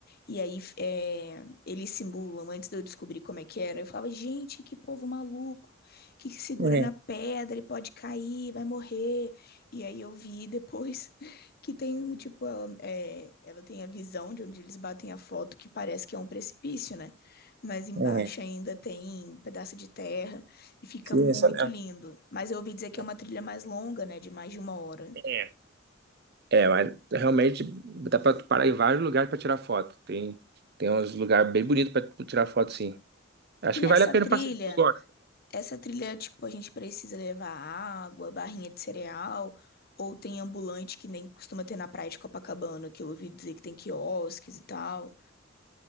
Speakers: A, on the left; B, on the right.
A: E aí, f- é, eles simulam, antes de eu descobrir como é que era, eu falava, gente, que povo maluco, que que segura
B: É,
A: na pedra e pode cair, vai morrer. E aí eu vi depois <laughs> que tem, tipo, ela, é, ela tem a visão de onde eles batem a foto, que parece que é um precipício, né? mas embaixo
B: é,
A: ainda tem pedaço de terra e fica
B: que
A: muito
B: é essa mesmo.
A: lindo. Mas eu ouvi dizer que
B: Dá
A: é uma
B: pra-
A: trilha mais longa, né, de mais de uma hora.
B: É. É, mas realmente dá pra tu parar em vários lugares pra tirar foto. Tem, tem uns lugares bem bonitos pra tu tirar foto, sim. Acho
A: E
B: que
A: nessa
B: vale a pena
A: trilha,
B: passear se tu gosta.
A: essa trilha, tipo, a gente precisa levar água, barrinha de cereal, ou tem ambulante que nem costuma ter na praia de Copacabana, que eu ouvi dizer que tem quiosques e tal.